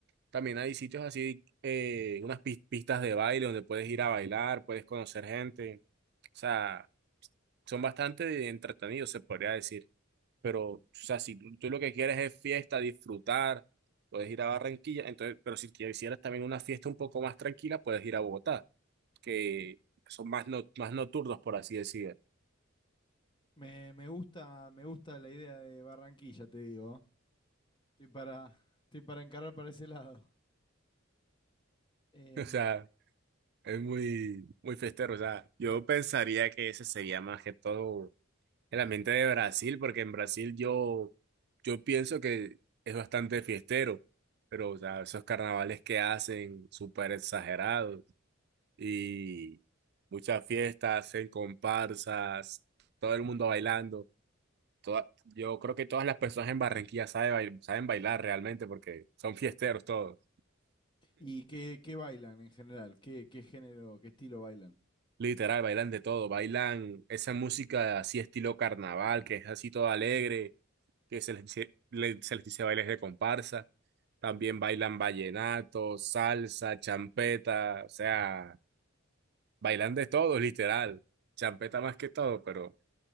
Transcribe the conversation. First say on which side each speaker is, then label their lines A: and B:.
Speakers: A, on the right (about 55°); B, on the left (about 25°).
A: también hay sitios así, eh, unas pis- pistas de baile donde puedes ir a bailar, puedes conocer gente. O sea, son bastante entretenidos, se podría decir. Pero, o sea, si tú tú lo que quieres es fiesta, disfrutar, puedes ir a Barranquilla. Entonces, pero si quisieras también una fiesta un poco más tranquila, puedes ir a Bogotá, que son más, no- más nocturnos, por así decir.
B: Me, me gusta, me gusta la idea de Barranquilla, te digo. Estoy para, estoy para encarar para ese lado. Em,
A: <laughs> O sea, es muy, muy festero. O sea, yo pensaría que ese sería más que todo. El ambiente de Brasil, porque en Brasil yo, yo pienso que es bastante fiestero, pero o sea, esos carnavales que hacen súper exagerados y muchas fiestas, hacen comparsas, todo el mundo bailando. Toda- yo creo que todas las personas en Barranquilla saben, bail- saben bailar realmente porque son fiesteros todos,
B: ¿y qué, qué bailan en general? ¿Qué, qué género, qué estilo bailan?
A: literal, bailan de todo, bailan esa música así estilo carnaval, que es así todo alegre que se les, dice- le- se les dice bailes de comparsa. También bailan vallenato, salsa, champeta, o sea, bailan de todo, literal. Champeta más que todo, pero o